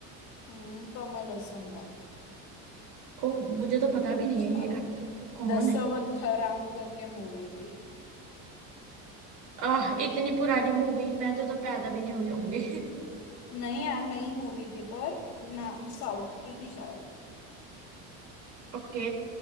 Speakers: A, on the left; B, on the right.
A: हम्म कमल हसन ने
B: ओ मुझे तो पता
A: अच्छा
B: भी नहीं है ये एक्टर कौन
A: दशावतारम
B: है
A: करके मूवी थी
B: आह इतनी पुरानी मूवी मैं तो, तो पैदा भी नहीं हुई होंगी
A: नहीं यार नई मूवी थी पर नाम साउथ की थी शायद
B: <laughs> ओके